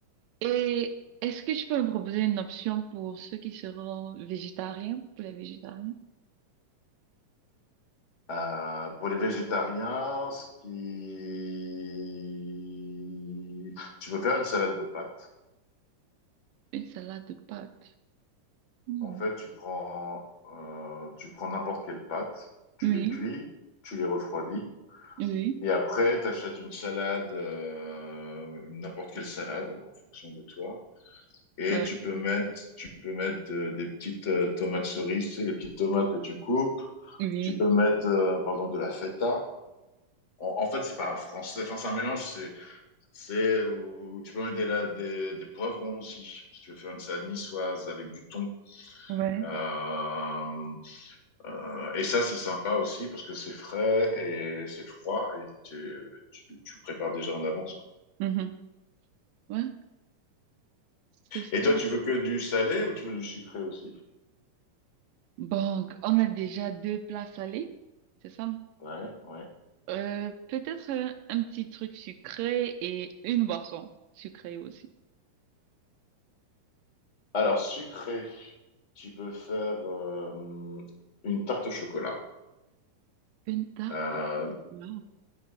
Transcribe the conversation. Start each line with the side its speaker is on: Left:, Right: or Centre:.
Right: Et est-ce que tu peux me proposer une option pour ceux qui seront végétariens, pour les végétariens?
Left: Euh, pour les végétariens, ce qui... tu peux faire une salade de pâtes.
Right: Une salade de pâtes. Hmm.
Left: En fait, tu prends, euh, tu prends n'importe quelle pâte, tu
Right: Oui,
Left: les cuis, tu les refroidis,
Right: oui,
Left: et après, tu achètes une salade, euh, n'importe quelle salade en fonction de toi. Et
Right: ouais,
Left: tu peux mettre, tu peux mettre euh, des petites euh, tomates cerises, tu sais, les petites tomates que tu coupes.
Right: oui,
Left: Tu peux mettre, euh, par exemple, de la feta. En, en fait, c'est pas français, enfin, c'est un mélange, c'est, c'est où tu peux mettre des, la- des, des poivrons aussi, si tu veux faire une salade niçoise avec du thon.
Right: ouais.
Left: Euh, Euh, et ça, c'est sympa aussi parce que c'est frais et c'est froid et tu, tu, tu prépares déjà en avance.
Right: Mhm. Ouais, Ceci,
Left: Et toi,
Right: ma-
Left: tu veux que du salé ou tu veux du sucré aussi?
Right: Bon, on a déjà deux plats salés, c'est ça?
Left: Ouais, ouais.
Right: Euh, peut-être un, un petit truc sucré et une boisson sucrée aussi.
Left: Alors, sucré, tu peux faire euh, une tarte au chocolat.
Right: Une tarte
Left: Euh,
Right: au chocolat.